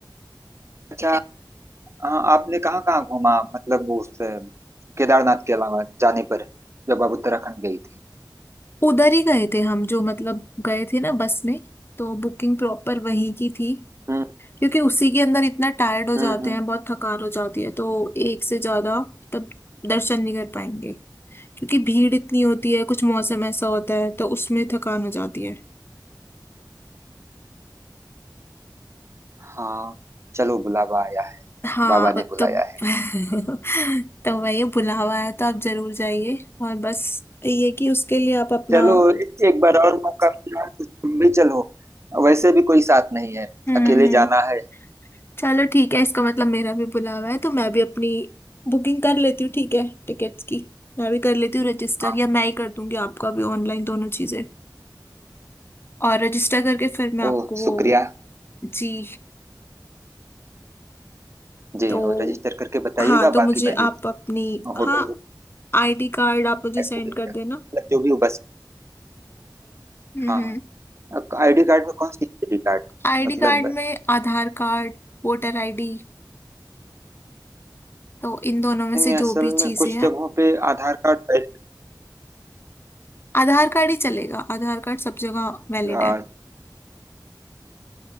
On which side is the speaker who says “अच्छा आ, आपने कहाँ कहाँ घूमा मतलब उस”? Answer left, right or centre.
Right